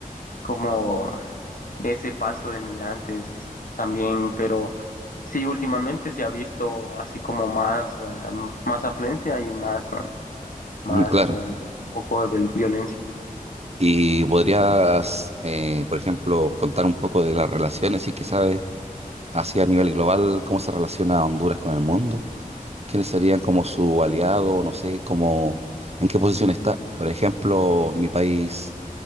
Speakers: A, on the left; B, on the right.
A: como ese paso de migrantes también, pero sí, últimamente se ha visto así como más, ah, más afluencia y más, ah, más
B: mm, Claro.
A: ah, poco de viol- violencia.
B: Y podrías, eh, por ejemplo, contar un poco de las relaciones y que sabes, así a nivel global, cómo se relaciona Honduras con el mundo, quiénes serían como su aliado, no sé, cómo, en qué posición está. Por ejemplo, mi país